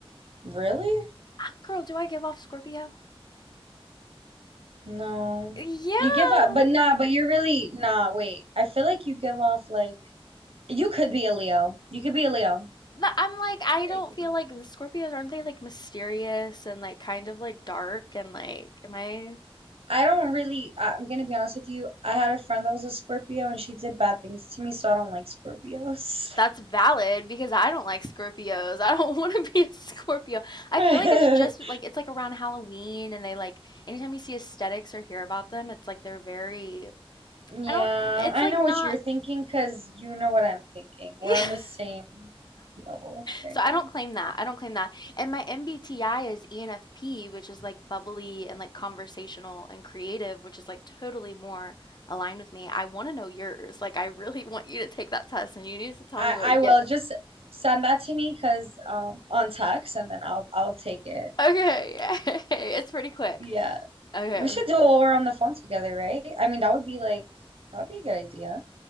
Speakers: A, on the right; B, on the left.
A: Really?
B: Ah, Girl, do I give off Scorpio?
A: No.
B: Yeah.
A: You give up, but nah, but you're really nah, wait. I feel like you give off like you could be a Leo. You could be a Leo.
B: Th- I'm like I
A: Yeah,
B: don't
A: you could
B: feel
A: be.
B: like the Scorpios aren't they like mysterious and like kind of like dark and like am I
A: I don't really I- I'm gonna be honest with you. I had a friend that was a Scorpio and she did bad things to me, so I don't like Scorpios.
B: that's valid because I don't like Scorpios. I don't <laughs> want to be a Scorpio. I
A: <laughs>
B: feel like it's just like it's like around Halloween and they like anytime you see aesthetics or hear about them, it's like they're very
A: Yeah,
B: I don't it's
A: I
B: like
A: know
B: not
A: what you're thinking because you know what I'm thinking. We're
B: <laughs>
A: on the same level right
B: So I
A: now.
B: don't claim that. I don't claim that. And my MBTI is ENFP, which is like bubbly and like conversational and creative, which is like totally more aligned with me. I want to know yours. Like I really <laughs> want you to take that test and you need to tell
A: I
B: me what you
A: I will
B: get.
A: just send that to me because um on text and then I'll I'll take it.
B: Okay, <laughs> it's pretty quick.
A: Yeah.
B: Okay.
A: We should do it while we're on the phone together, right? I mean, that would be like that would be a good idea,